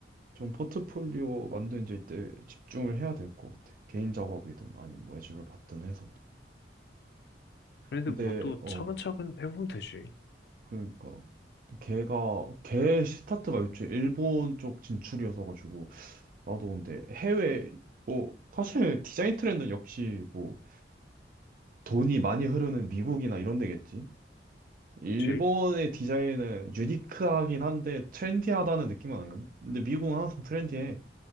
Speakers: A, on the right (about 50°); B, on the left (about 60°).
A: 좀 포트폴리오 만드는 때 집중을 해야 될 것 같아. 개인 작업이든 아니면 뭐 외주를 받든 해서.
B: 그런데
A: 근데
B: 뭐 또
A: 어,
B: 차근차근 해보면 되지.
A: 그러니까 걔가 걔 스타트가 요즘 일본 쪽 진출이어서 가지고 나도 근데 해외 뭐 사실 디자인 트렌드는 역시 뭐 돈이 많이 흐르는 미국이나 이런 데겠지. 일본의
B: 그치?
A: 디자인은 유니크하긴 한데 트렌디하다는 느낌은 아니거든? 근데 미국은 항상 트렌디해.